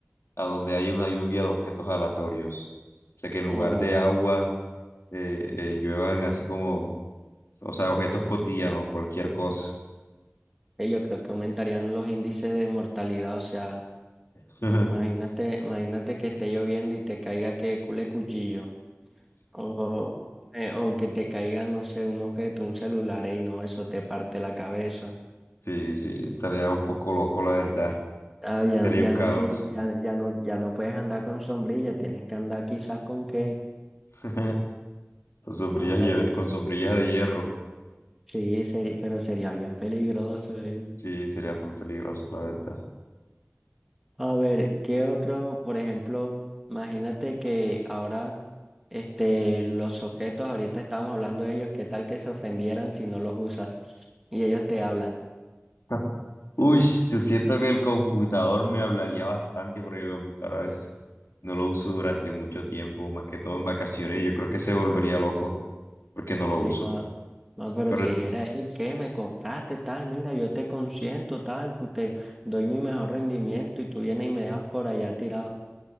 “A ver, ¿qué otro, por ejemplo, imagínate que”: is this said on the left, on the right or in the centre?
Centre